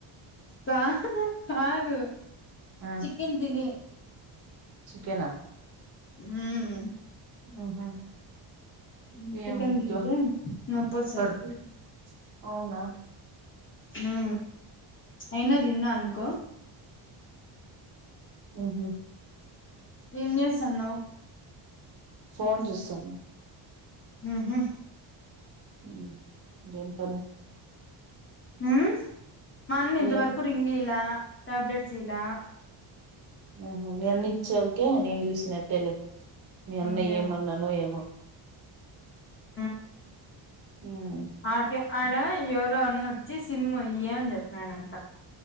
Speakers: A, on the left; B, on the right.
A: కా కాదు
B: ఆ
A: చికెన్ దినే
B: చికెనా
A: హ్మ్మ్
B: న హా ఇంగేమ్
A: చికెన్
B: ఇట్ల
A: తింటే నొప్పి వస్తది
B: పడుకోకు అవునా
A: ఆ అయినా తిన్నా అనుకో
B: ఉహ
A: నిన్ సన్నావు
B: ఫోన్ చేస్తాను
A: హ
B: ఉ గను పని
A: హ మ ఆన్నఇంతవరకు
B: ఏం
A: రింగిలా ట్యాబ్లెట్స్ ఇలా
B: ఆహ మీ అన్ని ఇచ్చాలకే నేం చూసినట్టే లేదు మీ అన్నయ్య
A: ఇంకేమి
B: ఏమన్నాను ఏమ
A: ఆ
B: హ
A: ఆడికి ఆడ ఎవరో అన్నొచ్చి సిమ్ అయ్య అని చెప్తారు అేడంతా